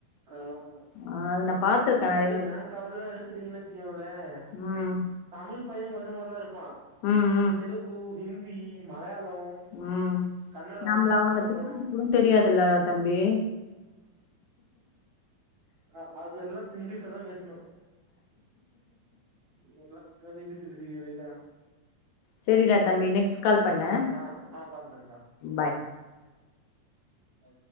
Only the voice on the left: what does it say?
ஆ அது நா பாத்துருக்கே நெறைய
வாட்டி
ம்
ம்
உம்
நம்மள அவனுங்க
திட்ட கூட தெரியாதுல்ல தம்பி
செரிடா தம்பி நெக்ஸ்ட் கால் பண்ணு
பாய்